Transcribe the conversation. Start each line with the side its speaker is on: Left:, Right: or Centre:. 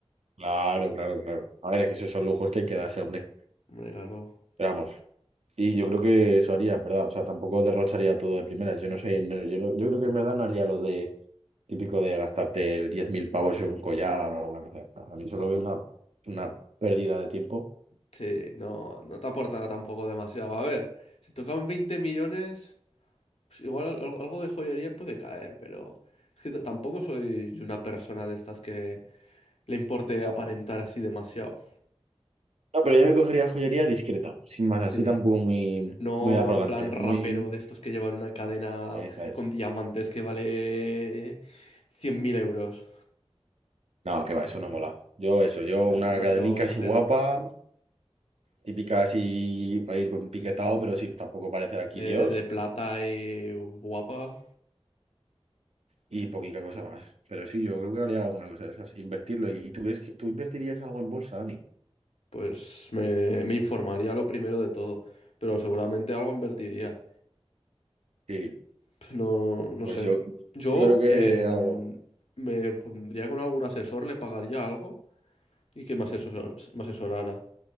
Right: claro, claro, claro. A ver, es que esos son lujos que hay que darse, hombre.
Left: Hombre, claro.
Right: Pero vamos. Y yo creo que eso haría, en verdad. O sea, tampoco derrocharía todo de primera. Yo no sé, no- yo, no- yo creo que en verdad no haría lo de típico de gastarte 10.000 pavos en un collar o alguna cosa de esta. A mí solo veo una, una pérdida de tiempo.
Left: Sí, no, no te aporta tampoco demasiado. A ver, si tocaban 20 millones, pues igual al- al- algo de joyería puede caer, pero es que t- tampoco soy una persona de estas que le importe aparentar así demasiado.
Right: No, pero yo me cogería joyería discreta, sin más,
Left: Sí,
Right: así tampoco muy,
Left: no
Right: muy arrogante,
Left: en plan rapero
Right: muy...
Left: de estos que llevan una cadena
Right: Esa es.
Left: con diamantes que vale 100.000 euros.
Right: No, que va, eso no mola. Yo eso, yo
Left: Nada,
Right: una
Left: demasiado
Right: cadenica
Left: exagerado.
Right: así guapa, típica así para ir piquetado, pero sin tampoco parecer aquí
Left: Eh,
Right: Dios
Left: de plata y guapa,
Right: y poquita cosa más. Pero sí, yo creo que haría alguna cosa de esas, invertirlo. ¿Y tú crees que tú invertirías algo en bolsa, Dani?
Left: pues me, me informaría lo primero de todo, pero seguramente algo invertiría.
Right: Sí,
Left: Pf, No, no
Right: pues
Left: sé.
Right: yo,
Left: Yo
Right: yo creo que
Left: em,
Right: algo...
Left: me pondría con algún asesor, le pagaría algo y que me asesor- me asesorara,